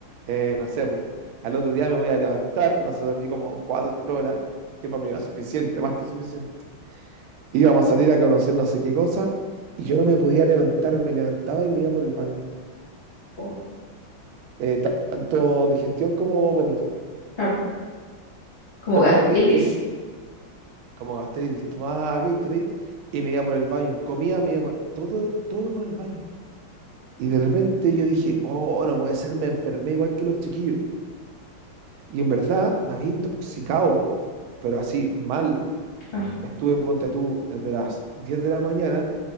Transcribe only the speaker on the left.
como-
claro, como
gastritis.
Claro.